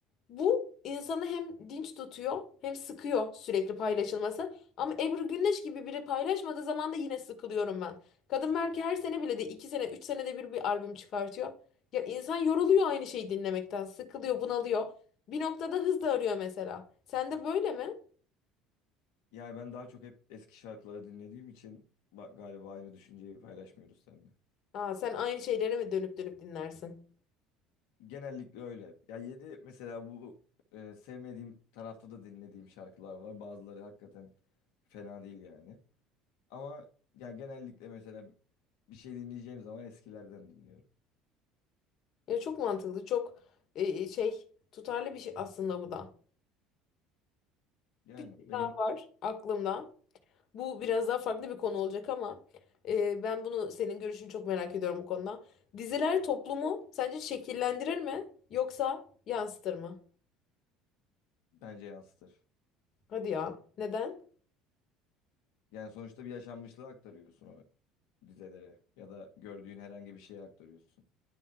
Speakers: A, on the left (about 50°); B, on the left (about 80°).
A: bu insanı hem dinç tutuyor hem sıkıyor sürekli paylaşılması. Ama Ebru Gündeş gibi biri paylaşmadığı zaman da yine sıkılıyorum ben. Kadın belki her sene bile de iki sene üç senede bir bir albüm çıkartıyor. Ya insan yoruluyor aynı şeyi dinlemekten. Sıkılıyor, bunalıyor. Bir noktada hız da arıyor mesela. Sen de böyle mi?
B: Yani ben daha çok hep eski şarkıları dinlediğim için ba- galiba aynı düşünceyi paylaşmıyoruz seninle.
A: Aa, sen aynı şeyleri mi dönüp dönüp dinlersin?
B: Genellikle öyle. Ya yeni mesela bu e, sevmediğim tarafta da dinlediğim şarkılar var. Bazıları hakikaten fena değil yani. Ama yani genellikle mesela bir şey dinleyeceğim zaman eskilerden dinliyorum.
A: Ya çok mantıklı, çok e, e, şey tutarlı bir şey aslında bu da.
B: Yani
A: Bir
B: benim
A: daha var aklımda. Bu biraz daha farklı bir konu olacak ama e, ben bunu senin görüşünü çok merak ediyorum bu konuda. Diziler toplumu sence şekillendirir mi yoksa yansıtır mı?
B: bence yansıtır.
A: Hadi ya. Neden?
B: Yani sonuçta bir yaşanmışlığı aktarıyorsun o dizelere ya da gördüğün herhangi bir şeye aktarıyorsun.